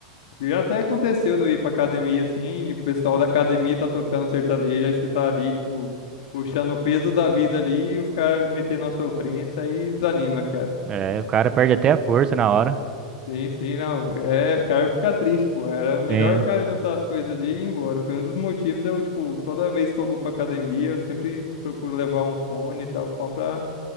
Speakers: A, on the left (about 80°); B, on the right (about 30°).
A: Já até aconteceu de eu ir pra academia assim, e o pessoal da academia tá tocando sertanejo, aí você tá ali, tipo, puxando o peso da vida ali e os caras metendo a sofrência aí desanima, cara.
B: É, o cara perde até a força na hora.
A: Sim, sim, não. É, o cara fica triste, pô. Era melhor
B: Tem.
A: o cara juntar as coisas ali e ir embora. Foi um dos motivos de eu, tipo, toda vez que eu vou pra academia, eu sempre procuro levar um fone e tal, só pra,